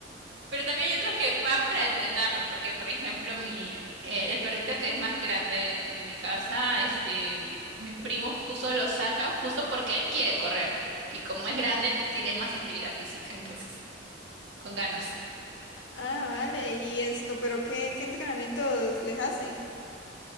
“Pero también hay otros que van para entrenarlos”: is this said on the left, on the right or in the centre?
Right